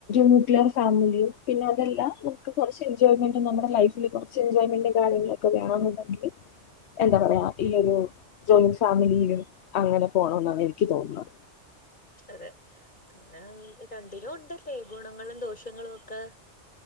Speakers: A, on the left; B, on the left.
A: ന്യൂക്ലിയർ ഫാമിലിയും പിന്നെ അതെല്ലാം മുക്ക് കൊറച്ച് എൻജോയ്മെന്റും നമ്മുടെ ലൈഫില് കുറച്ച് എൻജോയ്മെന്റ് കാര്യങ്ങളൊക്കെ വേണെന്നുണ്ടെങ്കില് എന്താ പറയാ ഈ ഒരു ജോയിന്റ് ഫാമിലിയിലും അങ്ങനെ പോണം ന്നാണ് എനിക്ക് തോന്നുന്നത്
B: അതെ പിന്നെ രണ്ടിലും ഉണ്ടല്ലേ ഗുണങ്ങളും ദോഷങ്ങളൊക്കെ